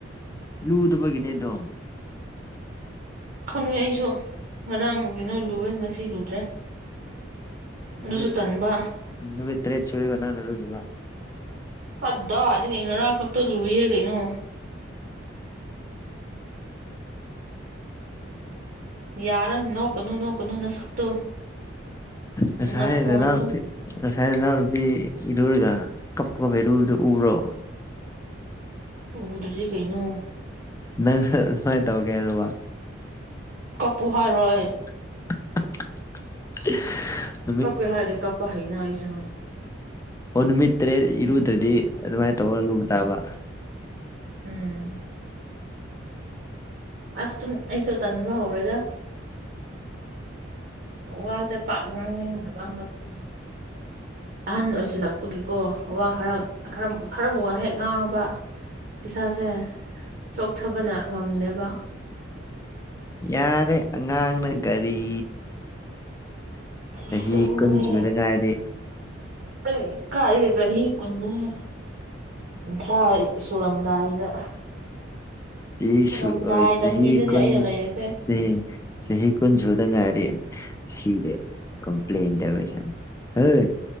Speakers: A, on the left (about 15°); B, on the right (about 55°).
A: ꯂꯨꯗꯕꯒꯤꯅꯦꯗꯣ
B: ꯈꯪꯉꯦ ꯑꯩꯁꯨ ꯉꯔꯥꯡ ꯅꯨꯡꯗꯤꯟꯗꯨ ꯂꯨꯑꯦ ꯉꯁꯤ ꯂꯨꯗ꯭ꯔꯦ꯫
A: ꯅꯨꯃꯤꯠ
B: ꯑꯗꯨꯁꯨ ꯇꯟꯕ
A: ꯅꯨꯃꯤꯠ ꯇ꯭ꯔ‌ꯦꯠ ꯁꯨꯔ‌ꯦꯀ‌ꯣ ꯅꯪꯅ ꯂꯨꯗꯕ꯫
B: ꯀꯗꯥꯏꯗꯒꯤꯅ‌ꯣ ꯉꯔꯥꯡ ꯈꯛꯇꯥ ꯂꯨꯏꯌꯦ ꯀꯩꯅꯣ ꯌꯔꯟ ꯅꯣꯛꯀꯅꯨ-ꯅ‌ꯣꯛꯀꯅꯨ ꯅꯁꯛꯛꯇꯣ
A: ꯉꯁꯥꯏ
B: ꯅꯈꯣꯟꯟꯗ‌ꯣ
A: ꯅꯅꯥꯎꯅꯨꯄꯤ ꯉꯁꯥꯏ ꯅꯅꯥꯎꯅꯨꯄꯤ ꯏꯔ‌ꯨꯔꯤꯔꯥ ꯀꯞꯄꯒ ꯏꯔꯨꯕꯗ‌ꯣ ꯎꯕ꯭ꯔꯣ
B: ꯎꯗ꯭ꯔꯗꯤ ꯀꯩꯅꯣ
A: ꯅꯪꯁꯨ ꯑꯗꯨꯃꯥꯏꯅ ꯇꯧꯒꯦꯔ‌‌ꯣꯕ
B: ꯀꯞꯄꯨ ꯍꯥꯏꯔꯣ ꯑꯩ
A: <unintelligible>
B: ꯀꯞꯀꯦ ꯍꯥꯔꯗꯤ ꯀꯞꯄ ꯍꯩꯅ‌ ꯑꯩꯁꯨ
A: ꯑꯣ ꯅꯨꯃꯤꯠ ꯇꯔꯦꯠ ꯏꯔꯨꯗ꯭ꯔꯗꯤ ꯑꯗꯨꯃꯥꯏꯅ ꯇꯧꯔ ꯂꯨꯕ ꯇꯥꯕ
B: ꯎꯝ ꯑꯁ ꯇꯨꯝ ꯑꯩꯁꯨ ꯇꯟꯕ ꯍꯧꯔꯦꯗ ꯋꯥꯁꯦ ꯄꯥꯛꯅ ꯉꯥꯡꯅꯤꯡꯗꯕ ꯍꯟꯗꯛꯁꯦ ꯑꯍꯟ ꯑꯣꯏꯁꯤꯜꯂꯛ ꯄꯒꯤꯀꯣ ꯋꯥ ꯈꯔ‌‌ꯪ ꯈꯔꯝ ꯈꯔꯕꯨꯛ ꯉ ꯍꯦꯛ ꯉꯥꯎꯔꯕ ꯏꯁꯥꯁꯦ ꯆꯣꯛꯊꯕꯅ ꯉꯝꯗꯦꯕ
A: ꯌꯥꯔꯦ ꯑꯉꯥꯡꯅ ꯒꯥꯔꯤ
B: ꯑꯁꯦꯡꯕꯅꯦ
A: ꯆꯍꯤ ꯀꯨꯟ ꯁꯨꯕꯗꯉꯥꯏꯔꯤ
B: ꯑꯩ ꯀꯥꯏꯗꯩ ꯆꯍꯤ ꯀꯨꯟꯅꯣꯍꯦ ꯀꯨꯟꯊ꯭ꯔꯥ ꯁꯨꯔꯝꯗꯥꯏꯁꯤꯗ
A: ꯆꯍꯤ
B: ꯁꯨꯔꯝꯗꯥꯏ
A: ꯁꯨ ꯆꯍꯤ
B: ꯂꯝꯕꯤꯗꯅꯦ
A: ꯀꯨꯟ
B: ꯑꯩꯅ ꯂꯩꯔꯤꯁꯦ
A: ꯆꯍꯤ ꯆꯍꯤ ꯀꯨꯟ ꯁꯨꯗ ꯉꯥꯏꯔꯤ ꯁꯤꯔꯦ ꯀꯝꯄ꯭ꯂꯟ ꯇꯧꯔꯤꯁꯦ ꯌꯦꯡꯉꯣ ꯍꯦ